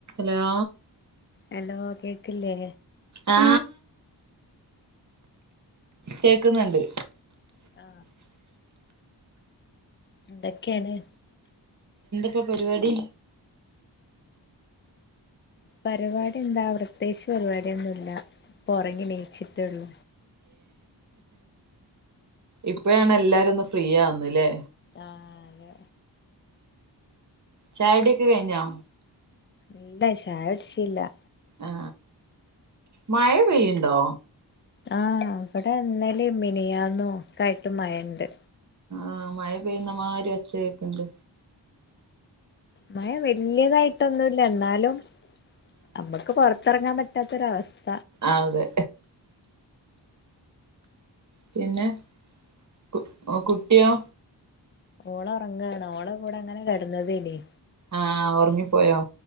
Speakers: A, on the right (about 40°); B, on the left (about 30°).
A: Hello.
B: Hello കേക്കില്ലേ?
A: ആ കേക്കുന്നുണ്ട്.
B: ആ എന്തൊക്കെണ്?
A: ഇപ്പൊ പരിപാടി.
B: പരിപാടി എന്താ, പ്രത്യേകിച്ച് പരിപാടിയൊന്നുല്ല. ഇപ്പൊ ഉറങ്ങി നീചിട്ടൊള്ളു.
A: ഇപ്പോഴാണ് എല്ലാരും ഒന്ന് ഫ്രീയാവുന്നല്ലേ?
B: ആ ല്ലെ.
A: ചായകുടിയൊക്കെ കഴിഞ്ഞോ?
B: ഇല്ല, ചായ കുടിച്ചീല.
A: ആ, മഴ പെയ്യുണ്ടോ?
B: ആഹ് ഇവിടെ ഇന്നലിം മിനിയാന്നും ഒക്കെ ആയിട്ട് മഴണ്ട്.
A: ആ മഴ പെയ്യുന്നമാരി ഒച്ച കേക്ക്ണ്ട്.
B: മഴ വല്യതായിട്ടൊന്നുല്ല, ന്നാലും- നമ്മക് പൊറത്തെറങ്ങാൻ പറ്റാത്തൊരവസ്ഥ.
A: ആതെ. പിന്നെ <unintelligible> കുട്ടിയോ?
B: ഓളൊറങ്ങാണ്. ഓളെ കൂടെ അങ്ങനെ കേട്ന്നതേയ്നി.
A: ആ ഉറങ്ങിപ്പോയോ?